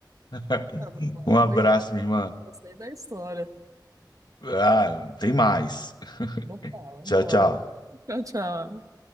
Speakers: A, on the left; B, on the right.
A: <laughs>
B: Tá bom,
A: Um abraço,
B: obrigado.
A: minha irmã.
B: Gostei da história.
A: Ah, tem mais.
B: Opa, vambora.
A: Tchau, tchau.
B: Tchau, tchau.